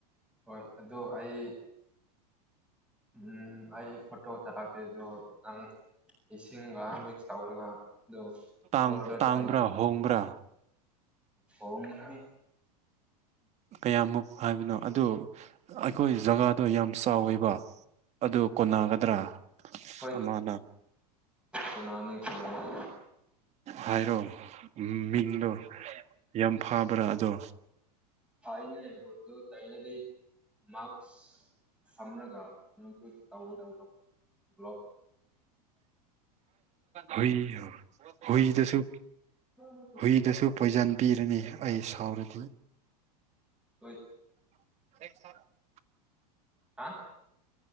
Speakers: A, in the centre; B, on the right.
A: ꯍꯣꯏ ꯑꯗꯨ ꯑꯩ ꯎꯝ ꯑꯩ ꯐꯣꯇꯣ ꯊꯥꯔꯛꯀꯦ ꯗꯣ ꯅꯪ ꯏꯁꯤꯡꯒ ꯃꯤꯛꯁ ꯇꯧꯔꯒ ꯑꯗꯨ
B: ꯇꯥꯡ
A: ꯐ꯭ꯂꯣꯔꯗ
B: ꯇꯥꯡꯕ꯭ꯔꯥ
A: ꯇꯩ
B: ꯍꯣꯡꯕ꯭ꯔꯥ
A: ꯈꯣꯡꯉꯦꯍꯦ
B: ꯀꯌꯥꯃꯨꯛ ꯍꯥꯏꯕꯅꯣ ꯑꯗꯨ ꯑꯩꯈꯣꯏ ꯖꯒꯥꯗꯣ ꯌꯥꯝ ꯆꯥꯎꯋꯦꯕ ꯑꯗꯣ ꯀꯣꯟꯅꯒꯗ꯭ꯔꯥ
A: ꯍꯣꯏ
B: ꯑꯃꯅ
A: ꯀꯣꯅꯅꯤ ꯀꯣꯅꯅꯤ
B: ꯍꯥꯏꯔꯣ ꯃꯤꯡꯗꯣ ꯌꯥꯝ ꯐꯕ꯭ꯔꯥ ꯑꯗꯣ
A: ꯐꯩꯅꯦ ꯕꯣꯇꯣ ꯇꯩꯔꯗꯤ ꯃꯥꯛꯁ ꯁꯝꯔꯒ ꯀꯩꯅꯣꯗꯣ ꯇꯧꯒꯗꯕ ꯒ꯭ꯂꯣꯞ
B: ꯍꯨꯏ ꯍꯨꯏꯗꯁꯨ
A: <unintelligible>
B: ꯍꯨꯏꯗꯁꯨ ꯄꯣꯏꯖꯟ ꯄꯤꯔꯅꯤ ꯑꯩ ꯁꯥꯎꯔꯗꯤ
A: ꯍꯣꯏ
B: <unintelligible>
A: ꯑ